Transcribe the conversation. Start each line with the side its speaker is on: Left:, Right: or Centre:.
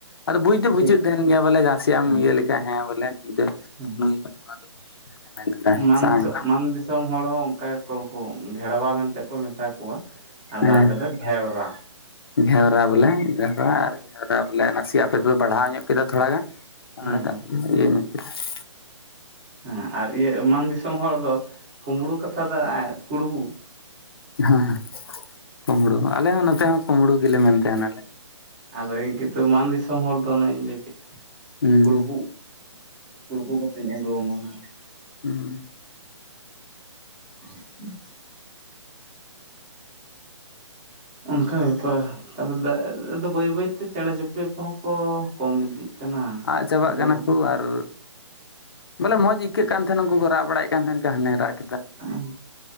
Left: ᱟᱫᱚ ᱵᱩᱡ ᱫᱚ
Right: ᱴᱷᱤᱠ
Left: ᱵᱩᱡᱷᱩᱜ ᱛᱟᱦᱮᱱ ᱜᱮᱭᱟ ᱵᱚᱞᱮ ᱱᱟᱥᱮᱭᱟᱜ
Right: ᱦᱮᱸ
Left: ᱤᱭᱟᱹ ᱞᱮᱠ ᱠᱷᱟᱡ ᱦᱮ ᱵᱚᱞᱮ ᱱᱩᱭ ᱫᱚ
Right: ᱦᱮᱸ
Left: ᱱᱩᱭ ᱫᱚ ᱱᱤᱭᱟᱹ ᱢᱮ ᱢᱮᱱ ᱮᱫᱟ <unintelligible>
Right: ᱢᱟᱱ ᱫᱤᱥᱚᱢ ᱢᱟᱱ ᱫᱤᱥᱚᱢ ᱦᱚᱲ ᱦᱚ ᱚᱱᱠᱟ ᱜᱮ ᱠᱚ ᱩᱱᱠᱩ ᱜᱷᱮᱲᱣᱟ ᱢᱮᱱᱛᱮ ᱠᱚ ᱢᱮᱛᱟ ᱠᱚᱣᱟ ᱟᱫᱚ
Left: ᱦᱮᱸ
Right: ᱟᱞᱮ ᱫᱚ ᱜᱷᱮᱣᱨᱟ ᱾
Left: ᱜᱷᱮᱣᱨᱟ ᱵᱚᱞᱮ ᱜᱷᱨᱟ ᱟᱨ ᱜᱷᱨᱟ ᱵᱚᱞᱮ ᱱᱟᱥᱮᱭᱟᱜ ᱟᱯᱮ ᱫᱚᱯᱮ ᱵᱟᱲᱦᱟᱣ ᱧᱚᱜ ᱠᱮᱫᱟ ᱛᱷᱚᱲᱟ ᱜᱟᱱ ᱾ <unintelligible>
Right: ᱦᱮᱸ ᱦᱮᱸ ᱦᱮᱸ ᱟᱨ ᱤᱭᱟᱹ ᱮ ᱢᱟᱱ ᱫᱤᱥᱚᱢ ᱦᱚᱲ ᱫᱚ ᱠᱩᱢᱲᱩ ᱠᱟᱛᱷᱟ ᱫᱚ ᱠᱩᱲᱵᱩ ᱾
Left: ᱦᱮᱸ ᱠᱩᱢᱲᱩ ᱟᱞᱮ ᱦᱚᱸ ᱱᱚᱛᱮ ᱦᱚᱸ ᱠᱩᱢᱲᱩ ᱜᱮᱞᱮ ᱢᱮᱱ ᱛᱟᱦᱮᱱᱟᱞᱮ ᱾
Right: ᱟᱫᱚ ᱤᱧ ᱠᱤᱱᱛᱩ ᱢᱟᱱ ᱫᱤᱥᱚᱢ ᱦᱚᱲ ᱫᱚ ᱚᱱᱮ ᱤᱧ ᱞᱟᱹᱭ ᱠᱮᱫ ᱾
Left: ᱦᱩᱸ
Right: ᱠᱩᱲᱵᱩ, ᱠᱩᱲᱵᱩ ᱠᱟᱛᱮᱧ ᱟᱜᱩᱣᱟᱢᱟ ᱾
Left: ᱦᱩᱸ
Right: <inaudible> ᱚᱱᱠᱟ ᱵᱮᱯᱟᱨ ᱛᱟᱦᱞᱮ ᱫᱚ <unintelligible> ᱵᱟᱹᱭ ᱵᱟᱹᱭᱛᱮ ᱪᱮᱬᱮ ᱪᱤᱯᱲᱤ ᱠᱚᱦᱚᱸ ᱠᱚ ᱠᱚᱢ ᱤᱫᱤᱜ ᱠᱟᱱᱟ,
Left: ᱟᱫ ᱪᱟᱵᱟᱜ
Right: ᱟᱫᱚ
Left: ᱠᱟᱱᱟ ᱠᱚ ᱟᱨ ᱵᱚᱞᱮ ᱢᱚᱸᱡᱽ ᱟᱹᱭᱠᱟᱹᱜ ᱠᱟᱱ ᱛᱟᱦᱮᱱ ᱩᱱᱠᱩ ᱠᱚ ᱨᱟᱜ ᱵᱟᱲᱟᱭᱮᱫ ᱠᱟᱱ ᱛᱟᱦᱮᱱ, ᱦᱟᱱᱮ ᱨᱟᱜ
Right: ᱦᱮᱸ